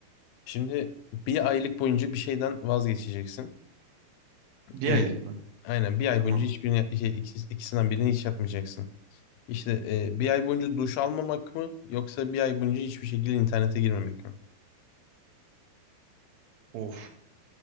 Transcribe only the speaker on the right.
Bir
aylık mı?
Tamam.
Of.